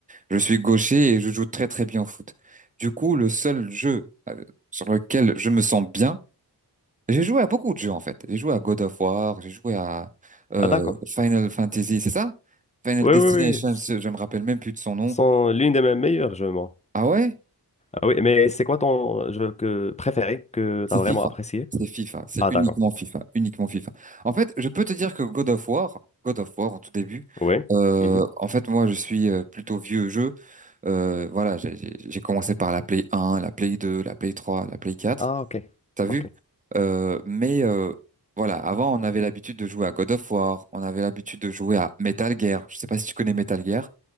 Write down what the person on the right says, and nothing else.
Je suis gaucher et je joue très très bien au foot. Du coup, le seul jeu euh, sur lequel je me sens bien, j'ai joué à beaucoup de jeux en fait. J'ai joué à God of War, j'ai joué à euh,
Final Fantasy, c'est ça? Final
Destination,
je je me rappelle même plus de son nom.
Ah ouais?
C'est
FIFA.
C'est FIFA. C'est
uniquement
FIFA. Uniquement FIFA. En fait, je peux te dire que God of War, God of War en tout début,
euh,
en fait, moi, je suis euh, plutôt vieux jeu. Euh, voilà, j'ai j'ai- j'ai commencé par la Play 1, la Play 2, la Play 3, la Play 4.
T'as vu?
Euh, mais euh, voilà, avant, on avait l'habitude de jouer à God of War. On avait l'habitude de jouer à Metal Gear. Je sais pas si tu connais Metal Gear.